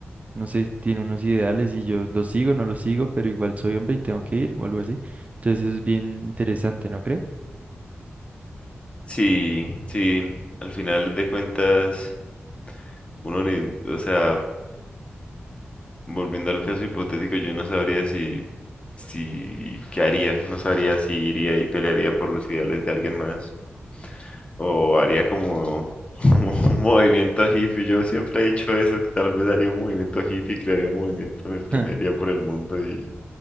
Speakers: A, on the right; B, on the left.
A: no sé, tiene unos ideales y yo los sigo, no los sigo, pero igual soy hombre y tengo que ir o algo así. Entonces eso es bien interesante, ¿no cree?
B: Sí, sí, al final de cuentas, uno ni, o sea, volviendo al caso hipotético, yo no sabría si, si, qué haría, no sabría si iría y pelearía por los ideales de alguien más, o haría como, como <laughs> un movimiento hippie, yo siempre he dicho eso, que tal vez haría un movimiento hippie, crearía un movimiento en el que
A: <laughs>
B: me iría por el mundo y,